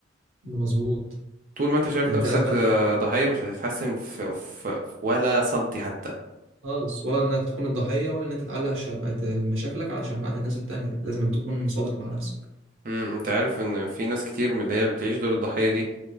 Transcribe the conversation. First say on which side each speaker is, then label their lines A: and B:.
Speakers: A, on the right (about 80°); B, on the right (about 40°).
A: ده مظبوط
B: طول ما أنت شايف
A: ده
B: نفسك
A: انت لازم
B: آه، ضحية مش هتتحسن في, في في ولا سنتي حتى
A: خالص ولا انك تكون الضحيه ولا ان انت تعلق شمعة مشاكلك على شماعه الناس التانيه لازم تكون صادق مع نفسك
B: مم. أنت عارف إن في ناس كتير من اللي هي بتعيش دور الضحية دي